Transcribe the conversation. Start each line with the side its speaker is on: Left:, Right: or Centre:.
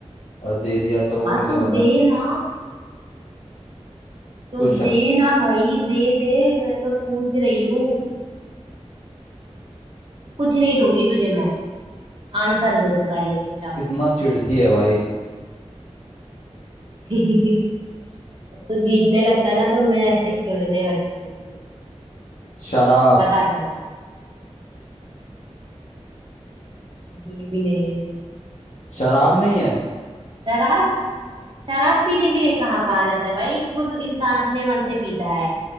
Left: और दे दिया तो
Right: हाँ
Left: ये तो
Right: तो
Left: बता
Right: दे ना तो
Left: कुछ
Right: दे ना भाई दे दे मैं तो पूछ रही हूँ कुछ नहीं
Left: हम्म,
Right: दूंगी तुझे मैं आंसर दे तू पहले चुपचाप
Left: कितना
Right: से
Left: चिढ़ती है भाई
Right: <laughs> अब तू जीतने लगता है ना तो मैं ऐसे चिढ़ने लगती हूँ
Left: शराब
Right: पता चल ये भी नहीं है
Left: शराब नहीं है
Right: शराब शराब पीने के लिए कहाँ कहा जाता है भाई खुद इंसान अपने मन से पीता है